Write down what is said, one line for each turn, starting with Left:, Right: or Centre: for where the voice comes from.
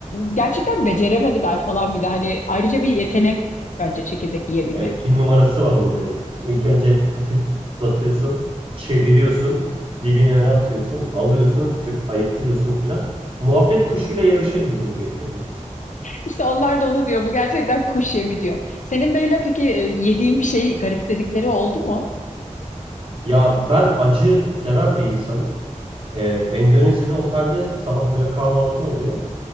Left: Gerçekten beceremediler falan bir de hani ayrıca bir yetenek bence çekirdek yiyebilmek.
Right: Evet bir numarası var onun böyle. İlk önce hafif çıtlatıyorsun, çeviriyorsun, dilini öne atıyorsun, alıyorsun, çöp ayıklıyorsun filan. Muhabbet kuşuyla yarışır bizim bu yeteneğimiz.
Left: İşte onlar da onu diyor. Bu gerçekten kuş yemi diyor. Senin böyle peki e, yediğin bir şeyi garipsedikleri oldu mu?
Right: Ya ben acı seven bir insanım. Ee, Endonezya'da otelde sabah böyle kahvaltı oluyor.